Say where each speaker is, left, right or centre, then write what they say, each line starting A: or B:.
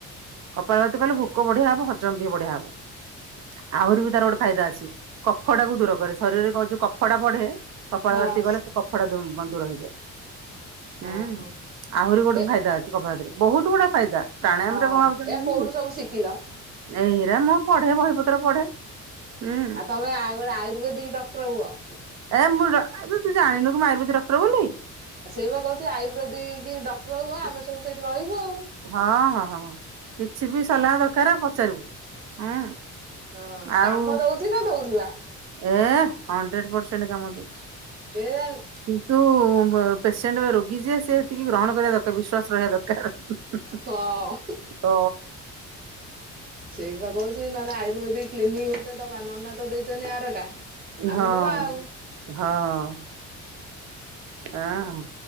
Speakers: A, on the right; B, on the right.
A: କପାଳପତି କଲେ ଭୋକ ବଢିଆ ହବ ହଜମ ବି ବଢିଆ ହବ। ଆହୁରି ବି ତାର ଗୋଟେ ଫାଇଦା ଅଛି କଫ ଟାକୁ ଦୂର କରେ ଶରୀରରେ କ ଯୋଉ କଫଟା ବଢେ। କପଳ
B: ହଁ
A: ବର୍ତ୍ତି ଗଲେ ସେ କଫ ଟା ଦୂର ହେଇଯାଏ। ହୁଁ
B: ଓହୋ
A: ଆହୁରି ଗୋଟେ
B: ଏ
A: ଫାଇଦା ଅଛି କପାତରେ ବହୁତ ଗୁଡା ଫାଇଦା ପ୍ରାଣୟାମରେ
B: ହଁ
A: କଣ ଭାବୁଛନ୍ତି
B: ଏ କୋଉଠୁ
A: କି
B: ସବୁ ଶିଖିଲ?
A: ଏଇରା ମୁଁ ପଢେ ବହିପତ୍ର ପଢେ ହୁଁ।
B: ଆଉ ତମେ ଆଉ ଗୋଟେ ଆୟୁର୍ବେଦିକ ଡକ୍ଟର ହୁଅ।
A: ଏ ମୁଁ ତୁ ଜାଣିନୁ କି ମୁଁ ଆୟୁର୍ବେଦ ଡକ୍ଟର ବୋଲି।
B: ସେଇ ବା କହୁଛି ଆୟୁବେଦିକ କି ଡକ୍ଟର ହଉ ଆମେ ସବୁ ସେଇଠି ରହିବୁ ଆଉ।
A: ହଁ ହଁ ହଁ କିଛି ବି ସଲାହ ଦରକାର ପଚାରିବୁ ହୁଁ
B: ହଁ
A: ଆଉ
B: କାମ ଦଉଛି ନା ଦଉନି ବା?
A: ଏ ହଣ୍ଡ୍ରେଡ ପରସେଣ୍ଟ କାମ ଦଉଛି।
B: କେଜାଣି।
A: କିନ୍ତୁ ପେସେଣ୍ଟ ରୋଗୀ ଯିଏ ସେ ଟିକେ ଗ୍ରହଣ କରିବା ଦରକାର ବିଶ୍ଵାସ ରହିବା ଦରକାର
B: ହଁ
A: ହ
B: ସେଇ ପା କହୁଛି ନହେଲେ ଆୟୁର୍ବେଦିକ କ୍ଲିନିକ ଗୋଟେ ଦବା ନନା ତ ଦେଇଛନ୍ତି ଆରଟା ଆମେ
A: ହଁ
B: ଦବା ଆଉ
A: ହଁ ହଁ